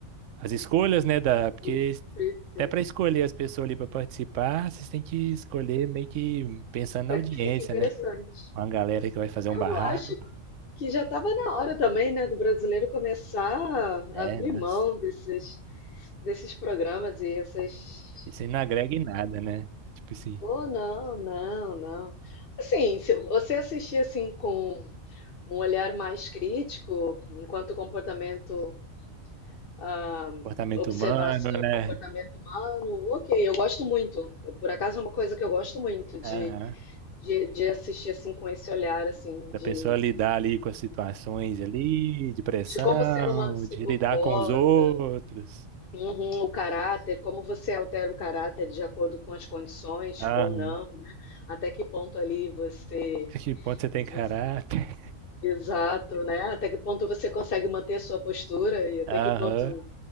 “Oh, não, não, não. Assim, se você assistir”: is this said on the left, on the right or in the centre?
Left